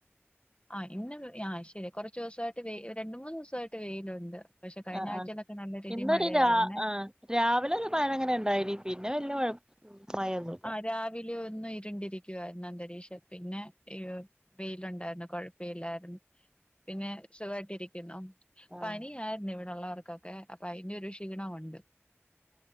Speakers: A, on the left; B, on the right.
A: ആഹ്ഇന്ന്ആ ശരി കുറച് ദിവസായിട്ട് വ രണ്ട് മൂന്ന് ദിവസായിട്ട് വെയിലുണ്ട് പക്ഷെ കഴിഞ്ഞ
B: ആഹ്
A: ആഴ്ചയിലൊക്കെ
B: ആഹ്
A: നല്ല രീതി
B: ഇന്നൊരു
A: മഴയായിരുന്നേ
B: രാ ആഹ് രാവിലെ ഒരു മഴങ്ങനെ ഉണ്ടായിനി പിന്നെ വല്യ കൊഴപ്പം ഉ മയത്
A: ആഹ് രാവിലെ ഒന്ന് ഇരുണ്ടിരിക്കുവായിരുന്നു അന്തരീക്ഷം പിന്നെ ഈ വെയിലുണ്ടായിരുന്നു കൊഴപ്പയിലായിരുന്നു പിന്നെ സുഖയിട്ടിരിക്കുന്നു
B: ആഹ്
A: പനിആയി രുന്നുഇവിടെള്ളവർക്കൊക്കെ അപ്പ അയിന്റെ ഒരു ക്ഷീണമുണ്ട്